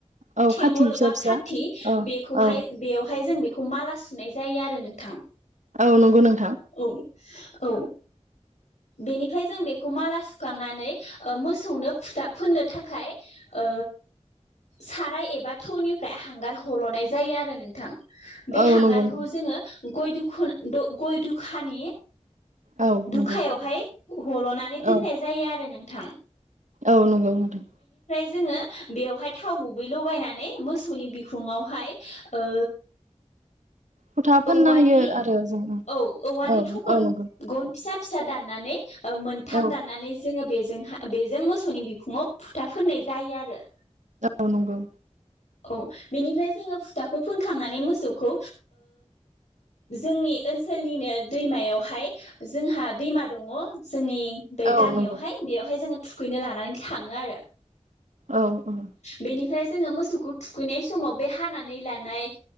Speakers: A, on the right (about 85°); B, on the left (about 70°).
A: औ
B: थेंगल
A: खाथि फिसा
B: बा
A: फिसा
B: खाथि
A: औ
B: बेखौहाय
A: औ
B: बेयावहाय जों बे खौ माला सुनाय जायो आरो नोंथां।
A: औ नंगौ नों
B: औ औ बेनिफ्राय जों बेखौ माला स सुखांनानै ओ मोसौनो फुथाब फोननो थाखाय ओ साराय एबा थौनिफ्राय हांगार हल'नाय जायो आरो नोंथां। बे
A: औ
B: हांगारखौ
A: नंगौ
B: जोङो। गय दुखुना द-गय-दुख खानि
A: औ
B: दुखायावहाय
A: नंगौ
B: हल'नानै दोननाय
A: औ
B: जायो आरो नों थां
A: औ नंगौ नोंथां।
B: जोङो बेयावहाय थाव गुबै लगायनानै मोसौनि बिखुङावहाय ओ
A: फ'था फोनना
B: औवानि
A: होयो आरो जोङो
B: औ औवानि
A: औ
B: थखन
A: औ नंगौ।
B: गन फिसा फिसा दाननानै औ मोनथाम
A: औ
B: दाननानै जोङो बेजों बेजों मोसौनि बिखुंआव फुथा फोननाय जायो आरो
A: औ नंगौ
B: औ बेनिफ्राय जोङो फुथाखौ फोनखांनानै मोसौखौ जोंनि ओनसोलनिनो दैमायावहाय जोंहा दैमा दङ जोंनि बे
A: औ
B: गामियावहाय
A: नंगौ
B: बेयावहाय जोङो थुखैनो लानानै थाङो आरो
A: औ औ
B: बेनिफ्राय जोङो मोसौखौ थुखैनाय समाव बे हानानै लानाय